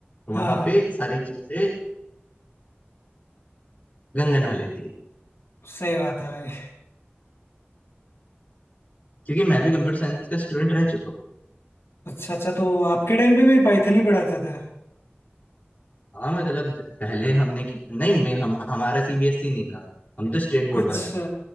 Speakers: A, on the left; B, on the left.
A: वहां
B: हाँ
A: पे सारी चीजें गंगा नहा लेती है
B: सही बात है भाई
A: क्योंकि मैं भी कंप्यूटर साइंस का स्टूडेंट रह चुका हूँ
B: अच्छा अच्छा तो आपके टाइम पे भी पाइथन ही पढ़ाते थे
A: हाँ मतलब पहले हमने की नहीं मैं हम हमारा सीबीएसई नहीं था हम तो स्टेट बोर्ड
B: अच्छा
A: वाले